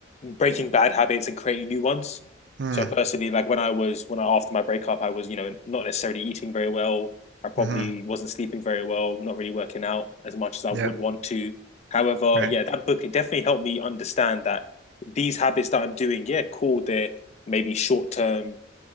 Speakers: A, on the left (about 35°); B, on the right (about 60°).
A: breaking bad habits and creating new ones.
B: Mm,
A: So personally, like when I was when I after my breakup, I was you know not necessarily eating very well. I probably
B: mm-hmm.
A: wasn't sleeping very well, not really working out as much as I
B: Yep.
A: would want to. However,
B: Right.
A: yeah, that book definitely helped me understand that these habits that I'm doing, yeah, cool, they're maybe short term